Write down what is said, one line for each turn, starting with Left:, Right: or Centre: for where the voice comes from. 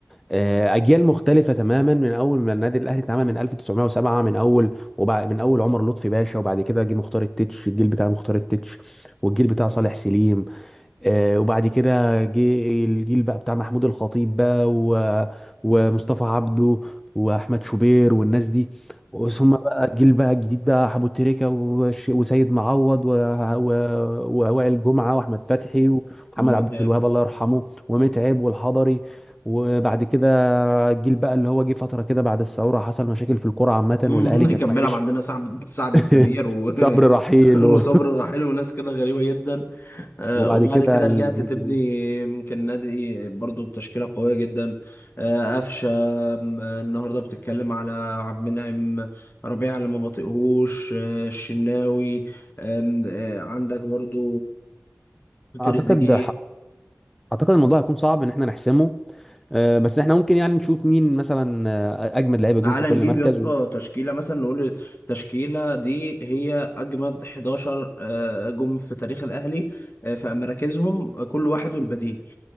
Centre: آه، اجيال مختلفه تماما من اول ما النادي الاهلي اتعمل من 1907 من اول وبعد من اول عمر لطفي باشا وبعد كده جه مختار التتش الجيل بتاع مختار التتش والجيل بتاع صالح سليم آه، وبعد كده جه الجيل بقى بتاع محمود الخطيب بقى و... ومصطفى عبده واحمد شوبير والناس دي ثم بقى الجيل بقى الجديد بقى حبو تريكة وش... وسيد معوض و... و... ووائل جمعة واحمد فتحي ومحمد
Left: امم
Centre: عبد الوهاب الله يرحمه ومتعب والحضري وبعد كده الجيل بقى اللي هو جه فترة كده بعد الثورة حصل مشاكل في الكرة عامة
Left: <laughs> مم.
Centre: والأهلي كان
Left: كان
Centre: وحش
Left: بيلعب عندنا سعد سعد
Centre: <laughs>
Left: السمير و...
Centre: صبري رحيل
Left: <laughs>
Centre: و...
Left: وصبر الرحيل وناس كده غريبة جدا
Centre: <laughs>
Left: آه،
Centre: وبعد
Left: وبعد
Centre: كده
Left: كده
Centre: الجيل
Left: رجعت تبني
Centre: الجديد.
Left: يمكن نادي برضو بتشكيلة قوية جدا آه، قفشة م- النهاردة بتتكلم على عبد المنعم ربيع اللي ما بطيقهوش آه، الشناوي آم، آه، عندك برضو
Centre: اعتقد
Left: تريزيجيه
Centre: اعتقد الموضوع هيكون صعب ان احنا نحسمه آه، بس احنا ممكن يعني نشوف مين مثلا آه، اجمد لعيبه جون
Left: تعالى
Centre: في كل
Left: نجيب
Centre: مركز
Left: يا اسطى تشكيله مثلا نقول التشكيله دي هي اجمد 11 آه، جم في تاريخ الاهلي آه، في مراكزهم آه، كل واحد والبديل